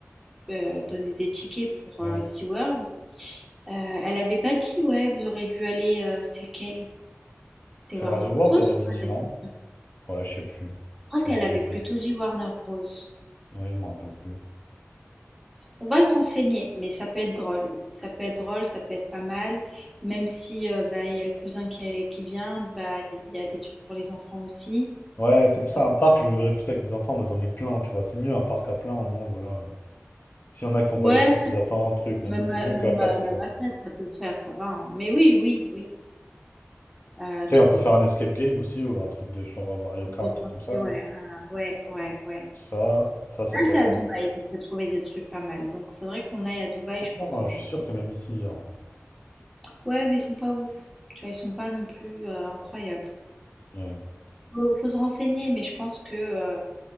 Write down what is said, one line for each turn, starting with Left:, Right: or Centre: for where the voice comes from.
Centre: euh, donné des tickets pour
Left: Ouais.
Centre: euh, SeaWorld? Euh, elle avait pas dit, ouais, vous aurez dû aller, euh, c'était lequel? C'était
Left: Ferrari
Centre: Warner
Left: World,
Centre: Bros.
Left: elle
Centre: je
Left: avait
Centre: crois,
Left: dit non.
Centre: elle a dit.
Left: Ouais, je sais plus.
Centre: crois
Left: Je
Centre: qu'elle
Left: me rappelle
Centre: avait
Left: plus.
Centre: plutôt dit Warner Bros.
Left: Ouais, je me rappelle plus.
Centre: On va se renseigner, mais ça peut être drôle. Ça peut être drôle, ça peut être pas mal. Même si euh, bah, il y a le cousin qui, qui vient, bah, il y a des trucs pour les enfants aussi.
Left: Ouais, c'est
Centre: Donc
Left: pour
Centre: ça...
Left: ça, un parc, je le verrais plus avec des enfants, mais dans les pleins, tu vois. C'est mieux un parc à plein, au moins, voilà. S'il y en a qui font
Centre: Ouais,
Left: pas des trucs, ils attendent, trucs, nani,
Centre: même,
Left: c'est
Centre: à-
Left: mieux
Centre: même,
Left: qu'à quatre,
Centre: à- même
Left: tu vois.
Centre: à quatre, ça peut le faire, ça va. hein. Mais oui, oui, oui. Euh,
Left: Après,
Centre: donc
Left: on peut faire
Centre: on
Left: un escape
Centre: peut
Left: game aussi, ou un truc de genre Mario Kart,
Centre: je
Left: truc
Centre: pensais,
Left: comme ça,
Centre: ouais,
Left: là.
Centre: à- ouais, ouais, ouais.
Left: Donc ça, ça, ça
Centre: Là
Left: peut
Centre: c'est
Left: être...
Centre: à Dubaï qu'on peut trouver des trucs pas mal. Donc il faudrait qu'on aille à Dubaï,
Left: Franchement,
Centre: je pense, un
Left: euh, je
Centre: jour.
Left: suis sûr que même ici, hein,
Centre: Ouais, mais ils sont pas ouf. Tu vois, ils sont pas non plus euh, incroyables.
Left: ouais.
Centre: Faut faut se renseigner, mais je pense que euh,